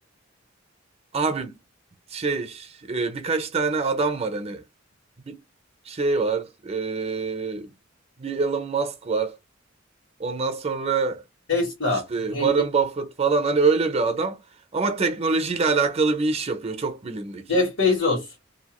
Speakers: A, on the right; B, on the left.
A: Abi şey e, birkaç tane adam var hani bir şey var ee, bir Elon Musk var ondan sonra
B: Tesla,
A: işte
B: zengin
A: Warren Buffett falan hani öyle bir adam ama teknolojiyle alakalı bir iş yapıyor çok bilindik.
B: Jeff Bezos.